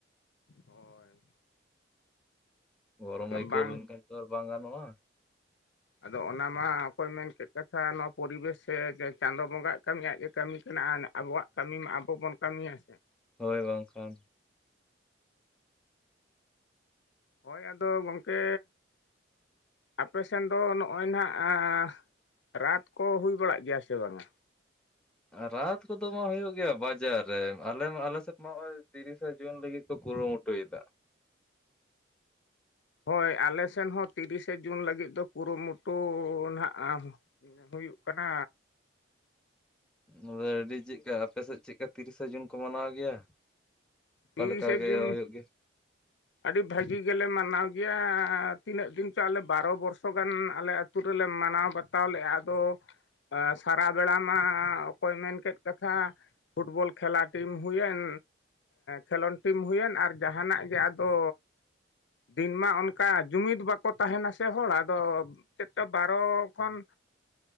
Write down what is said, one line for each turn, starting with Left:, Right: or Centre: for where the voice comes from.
Left: ᱦᱳᱭ
Centre: ᱜᱚᱨᱚᱢ ᱟᱹᱭᱠᱟᱹᱣ
Left: ᱵᱟᱝ
Centre: ᱞᱮᱱᱠᱷᱟᱱ ᱛᱚ ᱟᱨ ᱵᱟᱝ ᱜᱟᱱᱚᱜᱼᱟ᱾
Left: ᱟᱫᱚ ᱚᱱᱟ ᱢᱟ ᱚᱠᱚᱭ ᱢᱮᱱ ᱠᱮᱫᱮᱫ ᱠᱟᱛᱷᱟ ᱱᱚᱣᱟ ᱯᱚᱨᱤᱵᱮᱥ ᱥᱮ ᱪᱟᱸᱫᱳ ᱵᱚᱸᱜᱟᱜ ᱠᱟᱹᱢᱤᱭᱟᱜ ᱟᱡ ᱜᱮ ᱠᱟᱹᱢᱤ ᱠᱟᱱᱟᱭ ᱟᱵᱚᱣᱟᱜ ᱠᱟᱹᱢᱤ ᱢᱟ ᱟᱵᱚ ᱵᱚᱱ ᱠᱟᱹᱢᱤᱭᱟ ᱦᱮᱸ ᱥᱮ
Centre: ᱦᱳᱭ ᱵᱟᱝ ᱠᱷᱟᱱ
Left: ᱦᱳᱭ ᱟᱫᱚ ᱜᱚᱢᱠᱮ ᱟᱯᱮ ᱥᱮᱱ ᱫᱚ ᱱᱚᱜᱼᱚᱭ ᱱᱟᱦᱱᱟ ᱮᱸ ᱨᱟᱛ ᱠᱚ ᱦᱩᱭ ᱵᱟᱲᱟᱜ ᱜᱮᱭᱟ ᱥᱮ ᱵᱟᱝᱟ?
Centre: ᱨᱟᱛ ᱠᱚᱫᱚ ᱢᱟ ᱦᱩᱭᱩᱜ ᱜᱮᱭᱟ ᱵᱟᱡᱟᱨ ᱨᱮ ᱟᱞᱮ ᱢᱟ ᱟᱞᱮ ᱥᱮᱫ ᱢᱟ ᱱᱚᱜᱼᱚᱭ ᱛᱤᱨᱤᱥᱟ ᱡᱩᱱ ᱞᱟᱹᱜᱤᱫ ᱠᱚ ᱠᱩᱨᱩᱢᱩᱴᱩ ᱭᱮᱫᱟ᱾
Left: ᱦᱳᱭ ᱟᱞᱮ ᱥᱮᱱ ᱦᱚᱸ ᱛᱤᱨᱤᱥᱮ ᱡᱩᱱ ᱞᱟᱹᱜᱤᱫ ᱫᱚ ᱠᱩᱨᱩᱢᱩᱴᱩ ᱱᱟᱦᱟᱜ ᱦᱩᱭᱩᱜ ᱠᱟᱱᱟ᱾
Centre: ᱟᱫᱚ ᱟᱹᱰᱤ ᱪᱮᱫᱠᱟ ᱟᱯᱮ ᱥᱮᱫ ᱪᱮᱫ ᱛᱤᱨᱤᱥᱟ ᱡᱩᱱ ᱠᱚ ᱢᱟᱱᱟᱣ ᱜᱮᱭᱟ᱾
Left: ᱛᱤᱨᱤᱥᱮ
Centre: ᱚᱠᱟ ᱞᱮᱠᱟ ᱜᱮ
Left: ᱡᱩᱱ
Centre: ᱦᱩᱭᱩᱜ ᱜᱮᱭᱟ
Left: ᱟᱹᱰᱤ ᱵᱷᱟᱹᱜᱤ ᱜᱮᱞᱮ ᱢᱟᱱᱟᱣ ᱜᱮᱭᱟ ᱛᱤᱱᱟᱹᱜ ᱫᱤᱱ ᱪᱚ ᱟᱞᱮ ᱵᱟᱨᱚ ᱵᱚᱨᱥᱚ ᱜᱟᱱ ᱟᱞᱮ ᱯᱩᱨᱟᱹ ᱞᱮ ᱢᱟᱱᱟᱣ ᱵᱟᱛᱟᱣ ᱞᱮᱫᱼᱟ ᱟᱫᱚ ᱮᱸᱥᱟᱨᱟ ᱵᱮᱲᱟ ᱢᱟ ᱚᱠᱚᱭ ᱢᱮᱱ ᱠᱮᱫ ᱠᱟᱛᱷᱟ᱾ ᱯᱷᱩᱴᱵᱚᱞ ᱠᱷᱮᱞᱟ ᱴᱤᱢ ᱦᱩᱭᱮᱱ, ᱠᱷᱮᱞᱳᱰ ᱴᱤᱢ ᱦᱩᱭᱮᱱ ᱟᱨ ᱡᱟᱦᱟᱱᱟᱜ ᱜᱮ ᱟᱫᱚ, ᱫᱤᱱ ᱢᱟ ᱚᱱᱠᱟ ᱡᱩᱢᱤᱫ ᱵᱟᱠᱚ ᱛᱟᱦᱮᱱᱟ ᱥᱮ ᱦᱚᱲ ᱟᱫᱚᱼᱼ <unintelligible> ᱵᱟᱨᱚ ᱠᱷᱚᱱ